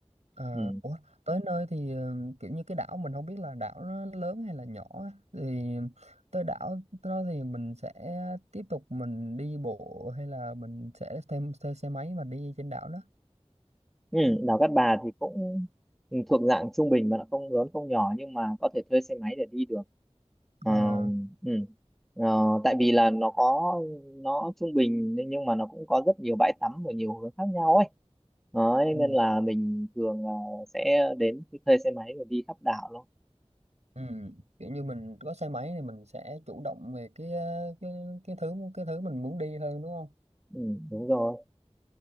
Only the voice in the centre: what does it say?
Ừ.
Ừ, đèo Cát Bà thì cũng thuộc dạng trung bình mà nó không lớn không nhỏ nhưng mà có thể thuê xe máy để đi được. Ờ,
ừ. Ờ, tại vì là nó có nó trung bình nhưng nhưng mà nó cũng có rất nhiều bãi tắm ở nhiều hướng khác nhau ấy. Đấy,
nên là mình thường là sẽ đến cái thuê xe máy rồi đi khắp đảo luôn.
Ừ, đúng rồi.